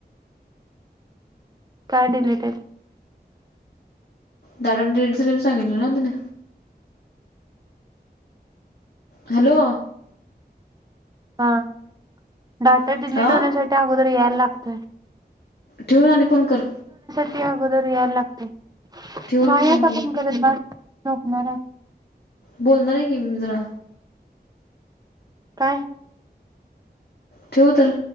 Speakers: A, on the right; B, on the left.
A: काय डिलीटेड?
B: डाटा डिलिट झालंय म्हणून सांगितले नव तुला? हॅलो
A: हां डाटा
B: आ
A: डिलीट होण्यासाठी आ गोदर याय लागतंय.
B: ठेऊन आणि फोन कर
A: ठी अगोदर याय लागतंय.
B: ठेवून
A: नाही
B: फोन
A: आता आपण
B: कर
A: करत बात झोपणार हाय.
B: बोलणार आहे की मी जरा
A: काय
B: ठेऊ तर